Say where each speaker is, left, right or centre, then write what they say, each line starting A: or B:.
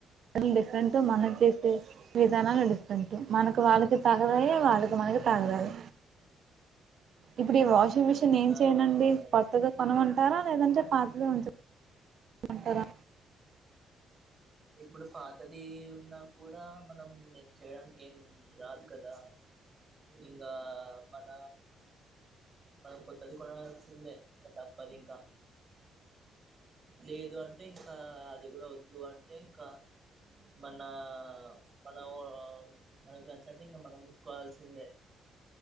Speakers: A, on the right; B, on the right.
A: డిఫరెంట్గా మన చేస్తే విధానాలు డిఫరెంట్ మనకు వాళ్ళకి తాగదాయి వాళ్ళకి మనకి తాగదయి ఇప్పుడు ఈ వాషింగ్ మిషన్ ఏం
B: ఆ
A: చేయనండి
B: అవునండి
A: కొత్తగా కొనుగొంటారా లేదంటే పాపలో ఉమంటారా
B: ఇప్పుడు పాతది ఉన్నా కూడా మనం నేను చేయడానికి ఏం రాదు కదా ఇంకా మన మనం కొత్తది కొనాల్సిందే ఇంకా తప్పదు ఇంకా లేదు అంటే ఇంకా అది కూడా వద్దు అంటే ఇంకా మనా మనం మనకి నచ్చట్టు ఇంకా మనం ఉతుకోవాల్సిందే